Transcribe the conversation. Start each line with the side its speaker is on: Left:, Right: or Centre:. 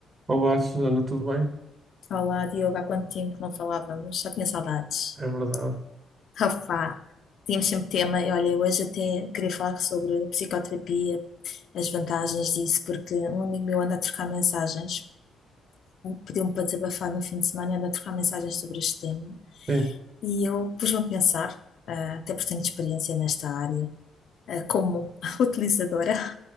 Right: Olá, Susana, tudo bem?
Left: Olá, Diogo, há quanto tempo não falávamos? Já tinha saudades.
Right: É verdade.
Left: <laughs> Rafá, tínhamos sempre tema e olha, eu hoje até queria falar sobre psicoterapia, as vantagens disso, porque um amigo meu anda a trocar mensagens, pediu-me para desabafar no fim de semana, anda a trocar mensagens sobre este tema.
Right: Sim,
Left: E eu pus-me a pensar, ah, até por tenho experiência nesta área, ah, como <laughs> utilizadora.